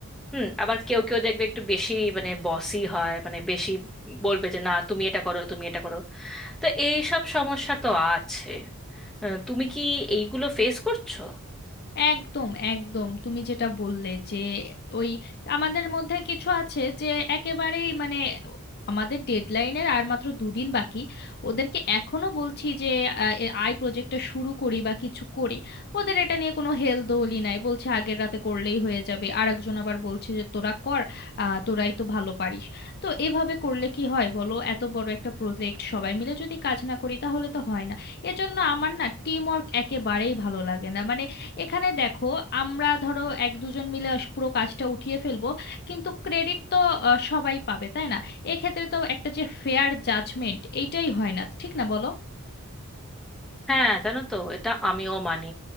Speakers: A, in the centre; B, on the left.
A: হুম আবার কেউ কেউ দেখবে একটু বেশি মানে বসি হয় মানে বেশি বলবে যে না তুমি এটা করো তুমি এটা করো তো এই সব সমস্যা তো আছে আহ, তুমি কি এইগুলো ফেস করছো
B: একদম একদম তুমি যেটা বললে যে ওই আমাদের মধ্যে কিছু আছে যে একেবারেই মানে আমাদের ডেডলাইনের আর মাত্র দুদিন বাকি ওদেরকে এখনো বলছি যে আহ, এ- আই প্রজেক্টটা শুরু করি বা কিছু করি ওদের এটা নিয়ে কোনো হেলদোলই নাই বলছে আগের রাতে করলেই হয়ে যাবে আর একজন আবার বলছে যে তোরা কর আহ, তোরাই তো ভালো পারিস তো এভাবে করলে কি হয় বলো এত বড় একটা প্রজেক্ট সবাই মিলে যদি কাজ না করি তাহলে তো হয় না এজন্য আমার না টিম ওয়ার্ক একেবারেই ভালো লাগে না মানে এখানে দেখো আমরা ধরো এক দুজন মিলে আস- পুরো কাজটা উঠিয়ে ফেলবো কিন্তু ক্রেডিট তো আহ, সবাই পাবে তাই না এক্ষেত্রে তো একটা যে ফেয়ার জাজমেন্ট এইটাই হয় না ঠিক না বলো
A: হ্যাঁ জানো তো এটা আমিও মানি